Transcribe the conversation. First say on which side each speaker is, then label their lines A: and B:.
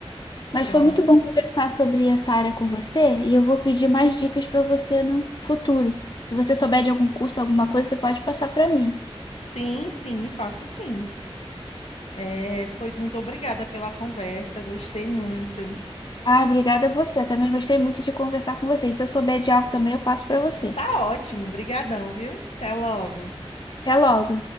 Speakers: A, on the left; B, on the left.
A: Mas
B: pronto.
A: foi muito bom conversar sobre essa área com você e eu vou pedir mais dicas para você no futuro. Se você souber de algum curso, alguma coisa, você pode passar para mim.
B: Sim, sim, passo sim. É, pois muito obrigada pela conversa, gostei muito.
A: Ah, obrigada a você. Eu também gostei muito de conversar com você. E se eu souber de algo também, eu passo para você.
B: Tá ótimo, brigadão, viu? Até logo.
A: Até logo.